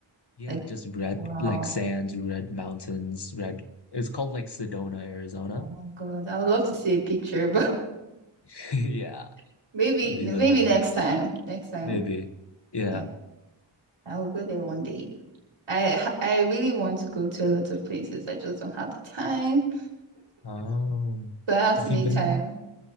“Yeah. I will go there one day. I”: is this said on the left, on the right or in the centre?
Right